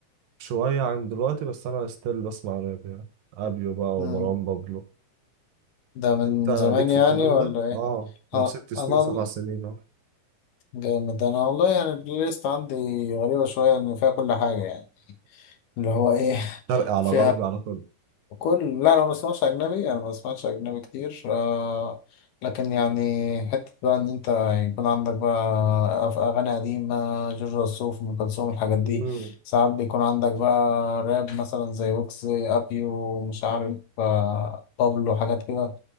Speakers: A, on the right; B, on the left.
A: شويه عن دلوقتي بس انا ستيل بسمع راب يعني ابيو بقى
B: امم
A: ومروان بابلو
B: ده من
A: انت
B: زمان
A: ليك في
B: يعني
A: الكلام
B: ولا
A: ده
B: ايه
A: اه آه،
B: اه
A: ست سنين
B: انا
A: سبع سنين اهو
B: جامد انا والله يعني البلاي ليست عندي غريبة شوية ان فيها كل حاجة يعني اللي هو ايه <laughs>
A: شرقي على
B: فيها
A: غربي على كله
B: كل لا انا ما بسمعش اجنبي انا ما بسمعش اجنبي كتير آه لكن يعني حته بقى ان انت يكون عندك بقى أف- اغاني قديمه جورج وسوف ام كلثوم الحاجات دي
A: مم.
B: ساعات بيكون عندك بقى راب مثلا زي ويكس ابيو مش عارف آه بابلو حاجات كده